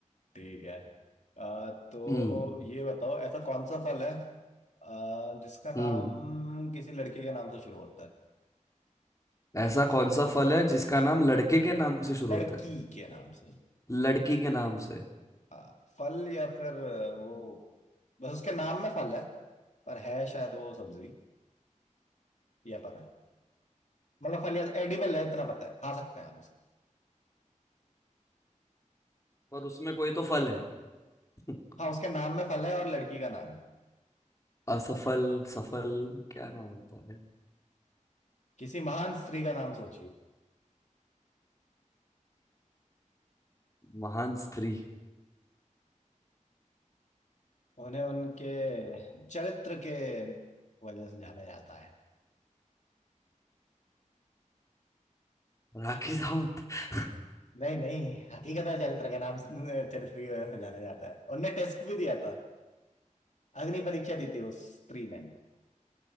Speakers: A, on the left; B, on the left.
A: ठीक है आ, तो
B: हम्म
A: ये बताओ ऐसा कौन सा फल है आ, जिसका नाम
B: हम्म
A: किसी लड़की के नाम से शुरू होता है
B: ऐसा कौन सा फल है जिसका नाम लड़के के नाम से शुरू
A: लड़की
B: होता है
A: के नाम से
B: लड़की के नाम से
A: हाँ फल या फिर वो बस उसके नाम में फल है पर है शायद वो सब्जी या पता है मतलब फल या एडिबल है इतना पता है खा सकते हैं आप उसे
B: पर उसमें कोई तो फल है <laughs>
A: हाँ उसके नाम में फल है और लड़की का नाम है
B: असफल सफल क्या नाम होता है भाई?
A: किसी महान स्त्री का नाम सोचिए
B: महान स्त्री
A: उन्हें उनके चरित्र के वजह से जाना जाता है
B: राखी सावंत <laughs>
A: नहीं नहीं हकीकत में चरित्र के नाम से- चरित्र की वजह से जाना जाता है उनने टेस्ट भी दिया था अग्नि परीक्षा दी थी उस स्त्री ने